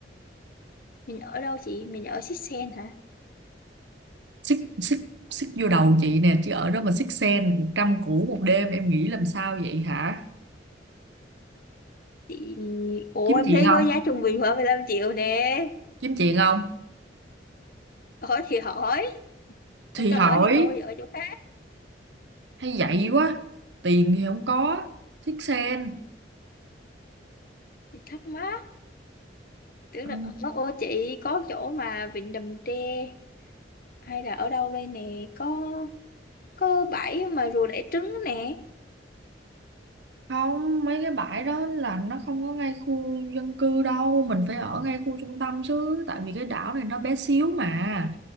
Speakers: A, on the left (about 50°); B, on the right (about 75°).
A: mình ở đâu chị mình ở Sixsen hả
B: xích xích xích vô đầu chị nè chứ ở đó mà xích sen 100 củ một đêm em nghĩ làm sao vậy hả
A: chị ủa
B: kiếm
A: em
B: chuyện
A: thấy
B: không
A: có giá trung bình khoảng 15 triệu nè
B: kiếm chuyện không
A: ở thì hỏi
B: thì
A: không cho
B: hỏi
A: ở thì thôi ở chỗ khác
B: hay vậy quá tiền thì không có xích sen
A: thì thắc mắc tưởng
B: ừ.
A: là ở ô chị có chỗ mà vịnh Đầm Tre hay là ở đâu đây nè có có bãi mà rùa đẻ trứng nè
B: không mấy cái bãi đó là nó không có ngay khu dân cư đâu mình phải ở ngay khu trung tâm chứ tại vì cái đảo này nó bé xíu mà